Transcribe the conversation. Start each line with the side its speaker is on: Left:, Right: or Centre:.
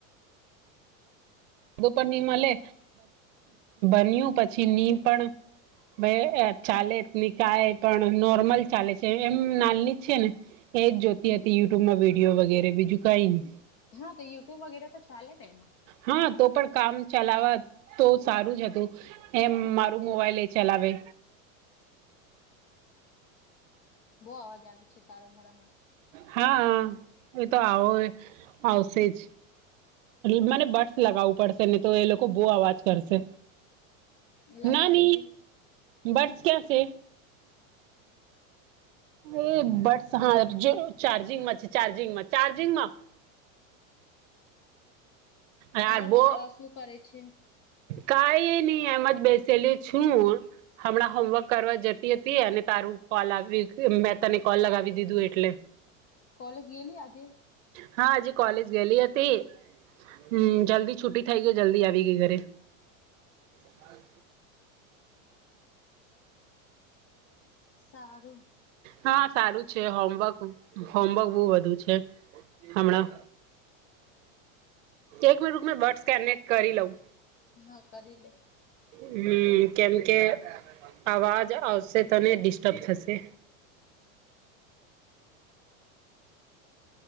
Right: ધું પણ નીમે બન્યું પછી નીમ પણ ભાઈ ચાલે નની કાય પણ નોર્મલ ચાલે છે એમ નાલની જ છે ને એજ જોતી હતી યુટ્યુબમાં વિડીિયો વગેરે બીજું કઈ ન
Left: હા તોયુટ્યુબ વગેરે તો ચાલેત માં
Right: હા તો પણ કામ ચલાવા તો સારું જ હતું એમ મારું મોબાઈલ એ ચલાવે
Left: બહુ અવાજ આવે છે તારો ઘરા માટે
Right: હા એ તો આવો આવશે જ મને બટસ લગાવવું પડશે ને તો એ લોકો બહુ અવાજ કરશે
Left: લગાવી
Right: ના ન
Left: લે
Right: બર્ડસ ક્યા છે એ બટસ હા જો ચાર્જિંગ માં છે ચાર્જિંગ માં ચાર્જિંગ માં આ
Left: હાર
Right: બો
Left: બતા શું કરે છે
Right: કઈ નહી એમાં જ બેસેલી છું હમણાં હોમવર્ક કરવા જતી હતી અને તારું કોલ આવ મેં તને કોલ લગાવી દીધું એટલે હ
Left: કોલેજ ગેલી આજે
Right: હા આજે કોલેજ ગયેલી હતી હ જલ્દી છુટી થઇ ગઈ જલ્દી ડી ક કરે હ
Left: સારું
Right: હા સારું છે હોમવર્ક હોમવર્ક બહુ બુ છે હમણાં એક મિનટં બર્ડસ કેનેક્ટ કરી લઉં
Left: હા કરી લે
Right: હમ કેમ કે અવાજ આવશે તોને ડિસ્ટર્બ થશે